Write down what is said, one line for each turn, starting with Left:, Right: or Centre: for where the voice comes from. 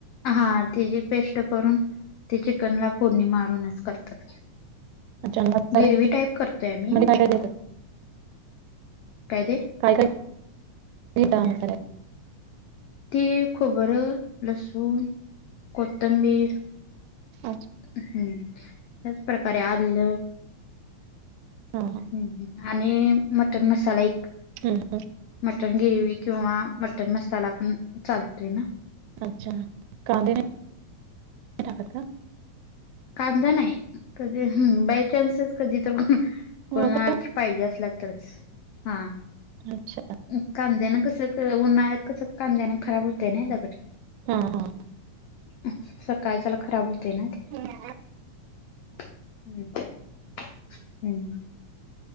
Left: हा, तेजी पेश्ट करून ते चिकनला फोडणी मारूनच करतात की.
Right: अच्छा आणि मसाल्यामध्ये
Left: गिरवी टाईप करतो आम्ही.
Right: काय काय देता
Left: काय ते?
Right: काय काय <unintelligible>
Left: तीळ, खोबर, लसूण, कोथंबीर
Right: आच
Left: हम्म, त्याच प्रकारे आलेल.
Right: <unintelligible>
Left: हं, हं. आणि मटण मसाला एक.
Right: <unintelligible>
Left: मटन गिरवी किंवा मटन मसाला पण चालतोय ना.
Right: अच्छा कांदे नाही टाकत का?
Left: कांदा नाही, कधी हम्म बाय चान्सच कधी तर <unintelligible>
Right: हो का?
Left: पाहिजे असला तरच. हा.
Right: अच्छा.
Left: अं कांद्यान कस उन्हाळ्यात कसं कांद्यान खराब होतंय नाही लगट.
Right: हा, हा.
Left: अं सकाळच्याला खराब होतय ना ते.
Right: म्याप.
Left: हम्म ह्म ह्म